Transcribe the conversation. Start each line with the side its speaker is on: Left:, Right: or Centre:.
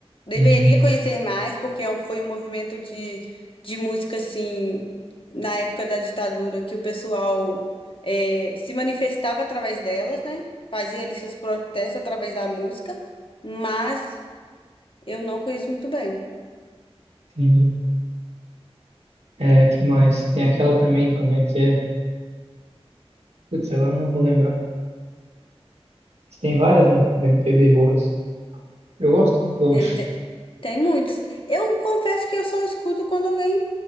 Left: Deveria
Right: Hum,
Left: conhecer mais, porque é um- foi um movimento de, de música assim, na época da ditadura, que o pessoal eh, se manifestava através delas, né? Fazia ali seus protestos através da música, mas eu não conheço muito bem.
Right: entendi. É, que mais? Tem aquela também, como é que é? Putz, agora eu não vou lembrar. Mas Tem várias, né? Da MPB boas. Eu gosto, né, pelo
Left: Tem,
Right: menos.
Left: tem,
Right: <laughs>
Left: tem muitas. Eu confesso que eu só escuto quando alguém,